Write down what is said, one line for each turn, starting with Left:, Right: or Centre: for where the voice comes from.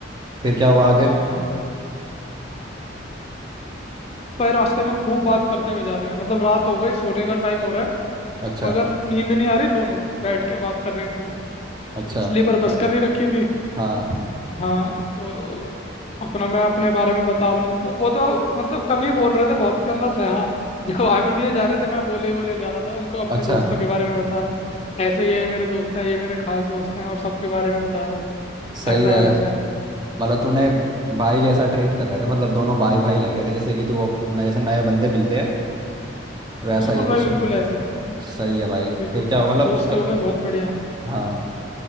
Right: फिर क्या हुआ आगे
Left: हाँ पर रास्ते में खूब बात करते हुए जा रहे हैं मतलब रात हो गई सोने का टाइम हो रहा है
Right: अच्छा
Left: मगर नींद नहीं आ रही दोनों को बैठ के बात कर रहे हैं खूब
Right: अच्छा
Left: स्लीपर बस कर ही रखी थी
Right: हाँ
Left: हाँ तो अपना मैं अपने बारे में बता रहा हूँ वो, वो तो मतलब कम ही बोल रहे थे बहुत कम बस है। हाँ जवाब ही दिए जा रहे थे मैं बोले ही बोले जा रहा था उनको अपने
Right: अच्छा
Left: दोस्तों के बारे में बता रहा हूँ ऐसे ये मेरे दोस्त हैं ये मेरे खास दोस्त हैं और सबके बारे में बता रहा हूँ
Right: सही
Left: ऐसा
Right: है
Left: है वैसा है
Right: मतलब तूने भाई जैसा ट्रीट कर रहे थे मतलब दोनों भाई भाई लग रहे थे जैसे कि तू अप- न- जैसे नए बंदे मिलते हैं वैसा
Left: बिल्कुल
Right: ही कुछ
Left: भाई बिल्कुल ऐसे ही
Right: सही है भाई
Left: बिल्कुल
Right: फिर क्या हुआ मतलब
Left: दोस्ती
Right: उसका-
Left: हो गई बहुत बढ़िया
Right: हाँ